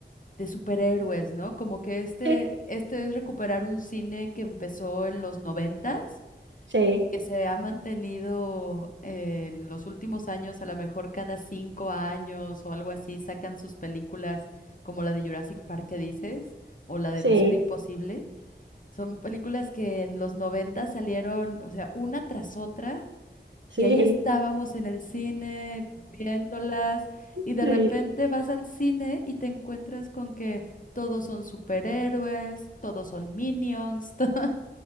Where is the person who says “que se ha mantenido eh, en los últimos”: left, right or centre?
Left